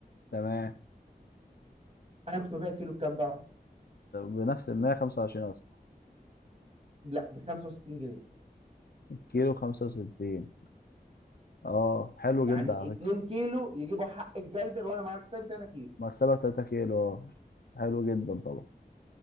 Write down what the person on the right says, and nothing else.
انا كنت ببيع كيلو بكام بقى؟
لا ب 65 جنيه
يعني
2
كيلو يجيبوا حق الجردل وانا معاك سابي 3 كيلو